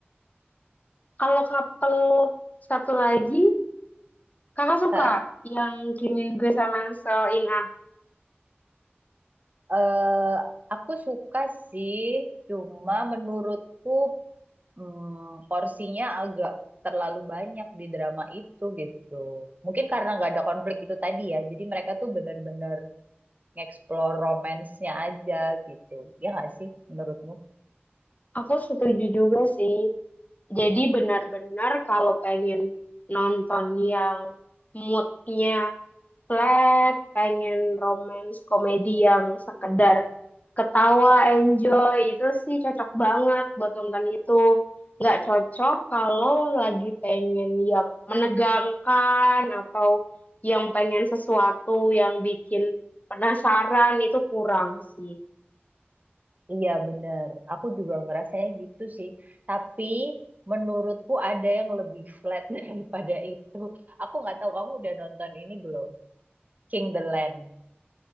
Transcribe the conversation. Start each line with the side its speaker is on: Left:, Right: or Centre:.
Left: kalau couple satu lagi Kakak suka
Right: Hah?
Left: yang Kim Min Gue sama Seo In Ah.
Right: Eh, aku suka sih, cuma menurutku hmm, porsinya agak terlalu banyak di drama itu gitu. Mungkin karena nggak ada konflik itu tadi ya, jadi mereka tuh bener-bener nge-explore romance-nya aja gitu. Ya nggak sih menurutmu?
Left: Aku setuju juga sih. Jadi benar-benar kalau pengen nonton yang moodnya flat, pengen romance komedi yang sekedar ketawa, enjoy, itu sih cocok banget buat nonton itu. Nggak cocok kalau lagi pengen yang menegangkan atau yang pengen sesuatu yang bikin penasaran itu kurang sih.
Right: Iya bener, aku juga ngerasanya gitu sih. Tapi menurutku ada yang lebih flat <laughs> daripada itu. Aku nggak tahu kamu udah nonton ini belum? King the Land.